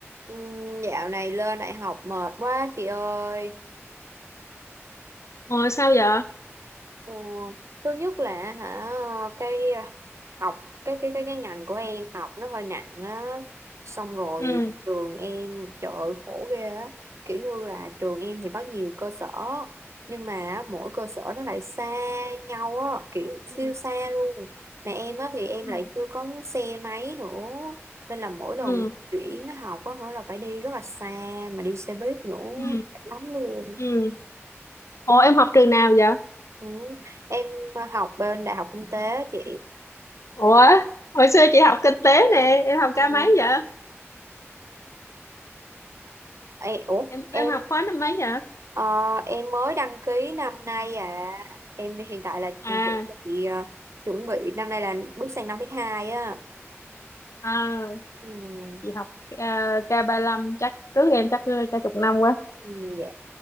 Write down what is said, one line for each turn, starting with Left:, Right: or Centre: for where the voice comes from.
Right: Ừ, Dạo này lên đại học mệt quá chị ơi
Left: Ồ sao vậy?
Right: Ờ, thứ nhất là hả cái à, học cái cái cái cái ngành của em học nó hơi nặng á xong rồi
Left: Ừ.
Right: trường em trời ơi, khổ ghê á kiểu như là trường em thì có nhiều cơ sở nhưng mà á, mỗi cơ sở nó lại xa nhau á kiểu siêu
Left: ừ.
Right: xa luôn mà em á thì em
Left: Ừ.
Right: lại chưa có xe máy nữa nên là mỗi lần
Left: Ừ.
Right: chuyển học á hả là phải đi rất là xa mà đi xe buýt nữa
Left: Ừ.
Right: mệt lắm luôn
Left: Ừ. Ồ em học trường nào vậy?
Right: Ừ. Em học bên Đại học Kinh tế chị
Left: Ủa, hồi xưa chị học kinh tế nè, em học
Right: Ừ.
Left: ca mấy vậy?
Right: Ê, ủa
Left: Em em
Right: em
Left: học khóa năm mấy vậy?
Right: ờ, em mới đăng ký năm nay à em hiện tại là
Left: À,
Right: chuẩn bị ờ, chuẩn bị năm nay là bước sang năm thứ hai á
Left: à
Right: ừ.
Left: chị học uh, k lăm chắc trước em chắc chắc chục năm quá.
Right: Ừ, dạ